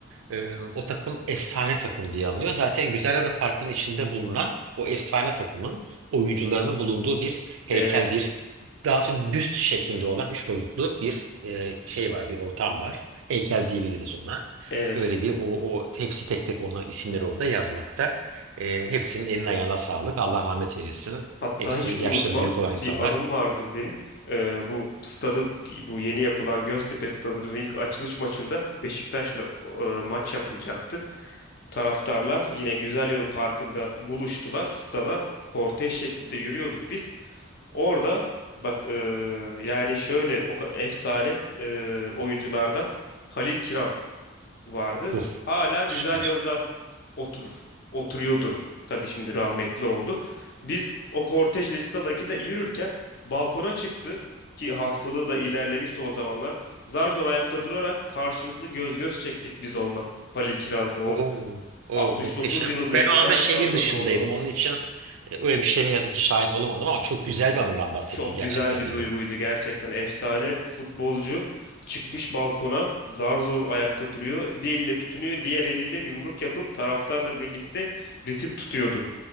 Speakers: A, on the right; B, on the left.
A: Ee, o takım efsane takım diye anılıyor. Zaten Güzelhave Parkı'nın içinde bulunan o efsane takımın oyuncularının bulunduğu bir heykel,
B: Evet,
A: bir daha sonra büst şeklinde olan üç boyutlu bir e, şey var, bir ortam var. Heykel diyebiliriz ona.
B: evet.
A: Öyle bir o, o hepsi tek tek ona isimleri orada yazmakta. Ee, hepsinin eline ayağına sağlık. Allah rahmet eylesin.
B: Hatta
A: Hepsi
B: hiç
A: yaşları
B: unutmam
A: büyük olan
B: bir
A: insanlar.
B: anım vardır benim. Ee, bu stadın, bu yeni yapılan Göztepe Stadı'nın ilk açılış maçında Beşiktaş'la e, maç yapılacaktı. Taraftarlar yine Güzelyalı Parkı'nda buluştular. Stada kortej şeklinde yürüyorduk biz. Orada bak e, yani şöyle o ka- efsane e, oyunculardan Halil Kiraz vardı.
A: Uf,
B: Hala güzel
A: süper.
B: yılda oturur. Oturuyordu. Tabii şimdi rahmetli oldu. Biz o kortej listada gide yürürken balkona çıktı ki hastalığı da ilerlemişti o zamanlar. Zar zor ayakta durarak karşılıklı göz göz çektik biz onunla. Halil Kiraz'la o
A: Oo, oo,
B: 69
A: muhteşem.
B: yılında
A: Ben
B: efsane
A: o anda şehir
B: kadroda
A: dışındaydım.
B: olan.
A: Onun için e, öyle bir şeye ne yazık ki şahit olamadım ama çok güzel bir anıdan bahsettin
B: Çok
A: gerçekten
B: güzel bir
A: Billy.
B: duyguydu gerçekten. Efsane futbolcu çıkmış balkona zar zor ayakta duruyor. Bir elle tutunuyor, diğer eliyle yumruk yapıp taraftarla birlikte ritim tutuyordu.